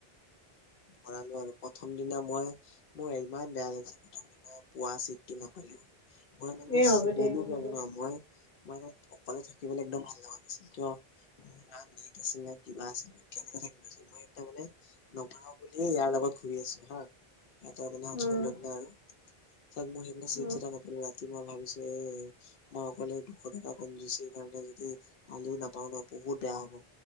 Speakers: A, on the left (about 65°); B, on the left (about 15°).
A: ভৰালো আৰু প্ৰথম দিনা মই মোৰ ইমান বেয়া লাগিছে, প্ৰথম দিনা পুৱা চিটটো নাপালো। মই মানে
B: এ
A: চি,
B: হ'ব দে
A: 'গ'লো
B: হ'ব
A: বাৰু
B: দে
A: আমুয়াই। মই তাত অকলে থাকিবলৈ একদম ভাল লগা নাছিল। কিয়, মোৰ না নেট আছিল নে কিবা আছিল মই কেনেকে থাকিম, মই তাৰ মানে, নপহৰাও বুলি ইয়াৰ লগত ঘূৰি আছো হা', সিহঁতে মানে হোটেলত
B: অঁ
A: লৈ দিলে আৰু, তাক মোৰ সেইদিনা চিপচ
B: অঁ
A: এটা নাপালো ৰাতি মই ভাবিছো মই অকলে এই দুশ টকা কন যুচিৰ কাৰণে যদি আজিও নাপাও ন বহুত বেয়া হ'ব